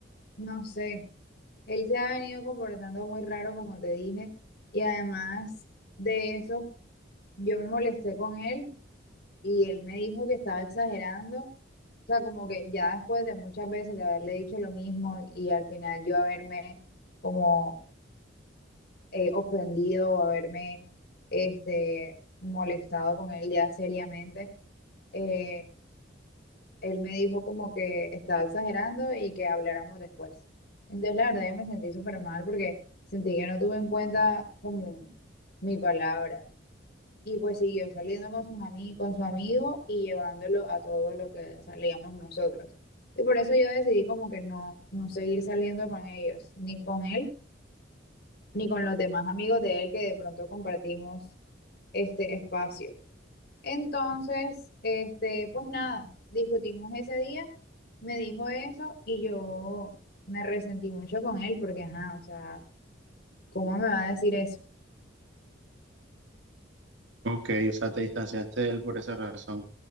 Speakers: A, on the left; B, on the right.
A: no sé. Él se ha venido comportando muy raro, como te dije, y además de eso, yo me molesté con él y él me dijo que estaba exagerando. O sea, como que ya después de muchas veces de haberle dicho lo mismo y al final yo haberme como eh, ofendido o haberme este, molestado con él ya seriamente, eh, él me dijo como que estaba exagerando y que habláramos después. Entonces, la verdad, yo me sentí súper mal porque sentí que no tuve en cuenta como mi palabra. Y pues siguió saliendo con sus ami con su amigo y llevándolo a todo lo que salíamos nosotros. Y por eso yo decidí como que no, no seguir saliendo con ellos, ni con él, ni con los demás amigos de él que de pronto compartimos este espacio. Entonces, este, pues nada, discutimos ese día, me dijo eso y yo me resentí mucho con él porque, ajá, o sea, ¿cómo me va a decir eso?
B: Ok, o sea, te distanciaste de él por esa razón.